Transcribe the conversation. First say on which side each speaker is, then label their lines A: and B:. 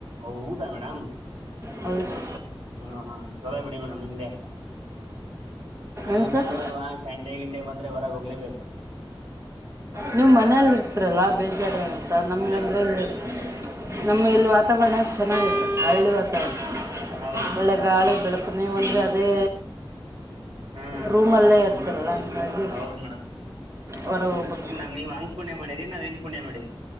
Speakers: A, on the right (about 85°); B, on the right (about 35°).
A: ಹೌದ ಮೇಡಮ್
B: ಹೌದು
A: ಹ ಹಾ ಚಲೋ ಬಿಡಿ ಮೇಡಮ್ ನಿಮ್ದೆ ಇಲ್ಲಿ
B: ಏನು ಸರ್
A: ಬೆಂಗಳೂರ ಅಲ್ಲ ಸಂಡೆ ಗಿಂಡೇ ಬಂದ್ರೆ ಹೊರಗೆ ಹೋಗ್ಲೇಬೇಕು
B: ನೀವು ಮನೇಲಿ ಇರ್ತರಲ್ಲ್ ಬೇಜಾರ ಏನಪ್ಪ ನಮ್ಗಂದ್ರೆ
A: ಹಾ
B: ಇ ಇಲ್ಲಿ ವಾತಾವರಣ ಚೆನ್ನಾಗಿತ್ತು ಹಳ್ಳಿ ವಾತಾವರಣ
A: ಹೌದು
B: ಒಳ್ಳೆ ಗಾಳಿ ಬೆಳಕು ನೀವು ಅಂದ್ರೇ ಅದೇ
A: ಹ್ಮ್
B: ರೂಮಲ್ಲೇ ಇರ್ತಿರಲ್ಲ ಹಾಗಂಗಿ
A: ಹೌದು
B: ಹೊರಗೆ ಹೋಗ್ಬಿಟ್ಟ್
A: ನೀವು ಹಂಗ್ ಪುಣ್ಯ ಮಾಡಿದ್ರರಿ ನಾವು ಹಿಂಗ್ ಪುಣ್ಯ ಮಾಡಿದ್ವಿ